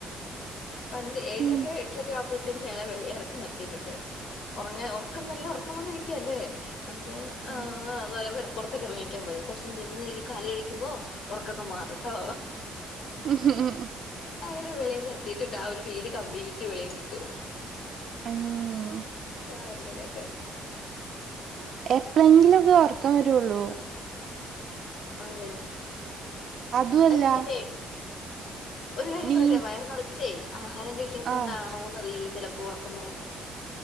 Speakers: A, on the left; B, on the right.
A: പണ്ട് ഏഴിലൊക്കെ
B: ഉം
A: എട്ടിലൊക്കെ അപ്പഴത്തേും ഞങ്ങളെ വെള്ളിയി ഇറക്കി നിർത്തിയിട്ടുണ്ട് ഉറങ്ങ ഉറക്കം നല്ല ഉറക്കം വന്നിരിക്കല്ലേ അന്നേരം
B: ഉം
A: ആ ആ <unintelligible> പുറത്തൊക്കെ ഇറങ്ങിക്കാൻ പറയും കൊറചൊക്കെ നിന്ന് കഴിക്ക കല് കഴിക്കുമ്പോ ഉറക്കൊക്കെ മാറൂട്ടോ
B: ഉം ഉം ഉം ഉ
A: അങ്ങനെ വെളിയി നിർത്തിട്ടുണ്ട് ആ ഒരു പീരീഡ് കംപ്ലീറ്റ് വെളിയി നിൽക്കും
B: ഉം
A: ആ അങ്ങനെയൊക്കെ
B: എപ്പോളെങ്കിലും ഒക്കെ ഉറക്കം വേരുള്ളു
A: അതെ
B: അതുമല്ല
A: അത എനിക്കിന്നെ ഒരു കാര്യം
B: നീ
A: പറയട്ടെ വയർ നിറച്ചേ ആഹാരം കഴിക്കാത്തൊണ്ടാണോന്ന്
B: ആഹ്
A: അറിയില്ല ചിലപ്പോ ഉറക്കം വെരാത്തെ